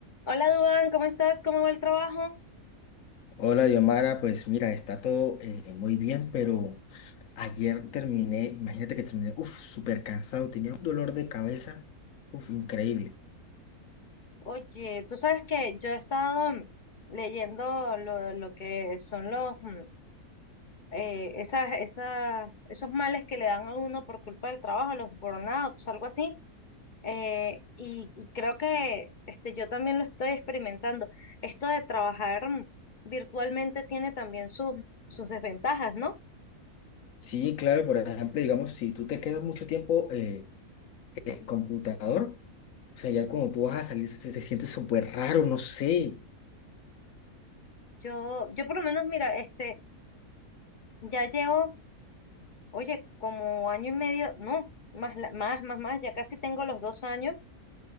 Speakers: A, on the left (about 40°); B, on the left (about 65°).
A: Hola Dubán, ¿cómo estás? ¿Cómo va el trabajo?
B: Hola, Diomara. Pues mira, está todo eh, muy bien, pero ayer terminé, imagínate que terminé, uff, súper cansado, tenía un dolor de cabeza, uff, increíble.
A: Oye, tú sabes que yo he estado mm, leyendo lo, lo que son los mm, eh, esas, esas, esos males que le dan a uno por culpa del trabajo, los burnouts, algo así. eh, y, y creo que este, yo también lo estoy experimentando. Esto de trabajar mm, virtualmente tiene también sus, sus desventajas, ¿no?
B: Sí, claro, por ejemplo, digamos, si tú te quedas mucho tiempo eh, en el computador, o sea, ya cuando tú vas a salir se te sientes súper raro, no sé.
A: Yo, yo por lo menos, mira, este, ya llevo Oye, como año y medio, no, más, la- más, más, más, ya casi tengo los dos años